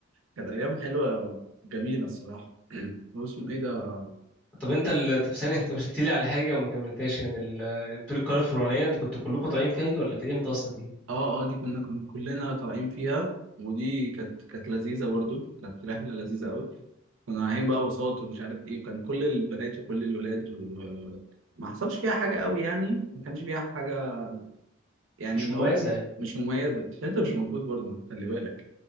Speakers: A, on the right (about 75°); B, in the centre.
A: كانت ايام حلوة جميلة الصراحة <clears throat> واسمه ايه ده
B: طب انت ال... طب ثانية انت قلت لي على حاجة وما كملتهاش كان ال... طول القارة الفرعونية انت كنتوا كلكم طالعين فيها دي ولا كانت امتى اصلا دي؟
A: اه اه دي كنا كنا كلنا طالعين فيها ودي كانت كانت لذيذة برضو كانت رحلة لذيذة قوي كنا رايحين بقى بساط ومش عارف ايه وكان كل البنات وكل الولاد وما حصلش فيها حاجة قوي يعني ما كانش فيها حاجة يعني
B: مش
A: اللي
B: مميزة
A: هو
B: يعني
A: مش مميزة عشان انت مش موجود برضو خلي بالك